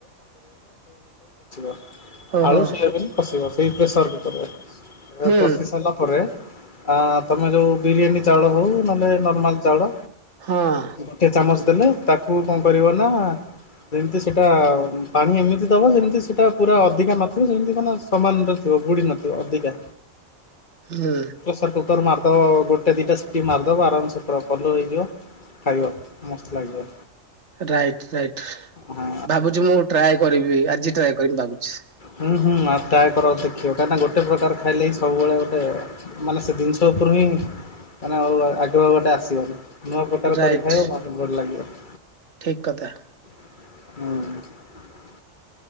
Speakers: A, on the left; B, on the right.
A: <unintelligible> <unintelligible>
B: ଓହୋ
A: ଆଳୁ ସୋୟାବିନ୍‌ କଷିବ ସେଇ ପ୍ରେସର କୁକରରେ
B: ହୁଁ
A: କଷି ସାରିଲା ପରେ ଆ ତମେ ଯଉ ବିରିୟାନୀ ଚାଉଳ ହଉ ନହେଲେ ନର୍ମାଲ ଚାଉଳ
B: ହଁ
A: ଗୋଟେ ଚାମଚ <unintelligible> ଯେମତି ସେଟା ପାଣି ଏମିତି ଦବା ଯେମିତି ସେଟା ପୁରା ଅଧିକା ନଥିବ ଯେମିତି ମାନେ ସମାନରେ ଥିବ ବୁଡି ନଥିବ ଅଧିକା।
B: ହୁଁ।
A: ପ୍ରେସର୍ କୁକର୍ ମାରିଦବ ଗୋଟେ ଦିଟା ସିଟି ମାରିଦବ ଆରାମସେ ପୁରା ପଲଉ ହେଇଯିବ। ଖାଇବା ମସ୍ତ ଲାଗିବ।
B: ରାଇଟ ରାଇଟ
A: ହଁ।
B: ଭାବୁଛି ମୁଁ ଟ୍ରାଏ କରିବି ଆଜି ଟ୍ରାଏ କରିବି ଭାବୁଛି।
A: ହୁଁ ହୁଁ ଆ ଟ୍ରାଏ କର ଦେଖିବ କାହିଁକିନା ଗୋଟେ ପ୍ରକାର ଖାଇଲେ ହିଁ ସବୁବେଳେ ଗୋଟେ ମାନେ ସେ ଜିନିଷ ଉପରୁ ହିଁ ମାନେ ଆଉ ଆଗ୍ରହ ଗୋଟେ ଆସିବନି। ନୂଆ ପ୍ରକାର
B: ରାଇଟ
A: କରିଥାଏ ଆ ମୋତେ ଭଲ ଲାଗିବ <unintelligible>
B: ଠିକ କଥା।
A: ହୁଁ।